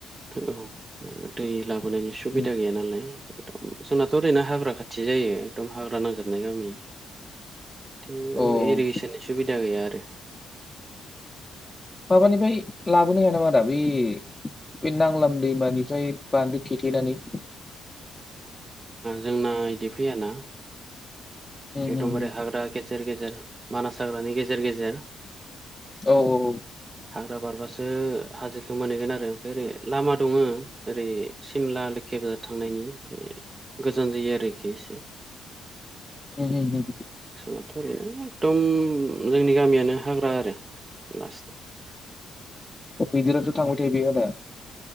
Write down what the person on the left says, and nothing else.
उम
औ
माबानिफ्राय लाबोनो हाया नामा आदा बे बे नांलाम दैमानिफ्राय बान्दो थेथेनानै
उम
उम उम
औ औ
हु हु।
मैदेराथ' थांबाय थायो बे आदा